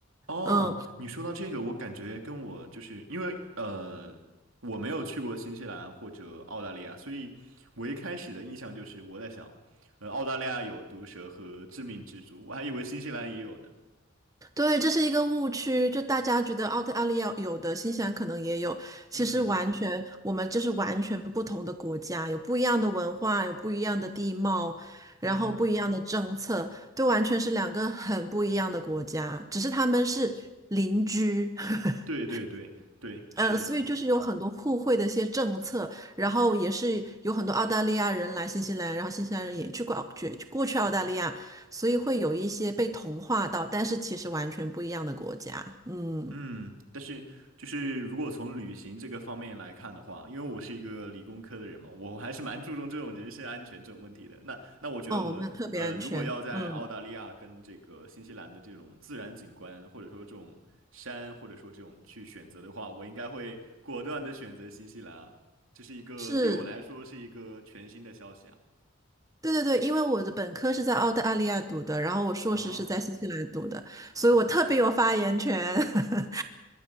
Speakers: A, on the right; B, on the right.
A: 哦，
B: 嗯，
A: 你说到这个，我感觉跟我就是因为呃，我没有去过新西兰或者澳大利亚，所以我一开始的印象就是我在想，呃，澳大利亚有毒蛇和致命蜘蛛，我还以为新西兰也有呢。
B: 对，这是一个误区，就大家觉得澳大利亚有的，新西兰可能也有，其实完全我们就是完全不同的国家，
A: 嗯
B: 有不一样的文化，有不一样的地貌，
A: 嗯，
B: 然后不一样的政策，都完全是两个很不一样的国家，只是他们是邻居。<laughs>
A: 对对对对，是这样的。
B: 呃，所以就是有很多互惠的一些政策，然后也是有很多澳大利亚人来新西兰，然后新西兰人也去过澳去过去澳大利亚，所以会有一些被同化到，但是其实完全不一样的国家。嗯，
A: 嗯，但是就是如果从旅行这个方面来看的话，因为我是一个理工科的人嘛，我还是蛮注重这种人身安全这种问题的。那那我觉得我呃，
B: 哦，那特别安全。
A: 如果要在澳大利亚跟这个新西兰的这种自然景观，
B: 嗯，
A: 或者说这种山，或者说这种去选择的话，我应该会果断的选择新西兰啊。这是一个对我来说是一个全新的消息啊。
B: 是，对对对，因为我的本科是在澳大利亚读的，然后我硕士是在新西兰读的，
A: 哦哦，
B: 所以我特别有发言权。<laughs>